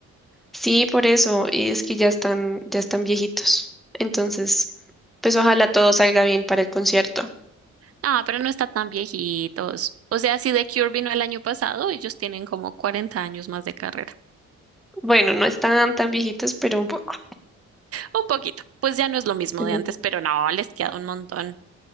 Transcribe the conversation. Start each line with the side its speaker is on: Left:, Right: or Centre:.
Centre: Sí, por eso, y es que ya están, ya están viejitos. Entonces, pues ojalá todo salga bien para el concierto.
Right: Ah, pero no está tan viejitos. O sea, si The Cure vino el año pasado, ellos tienen como 40 años más de carrera.
Centre: Bueno, no están tan viejitos, pero un poco.
Right: Un poquito. Pues ya no es lo mismo
Centre: Ujú.
Right: de antes, pero no, les queda un montón.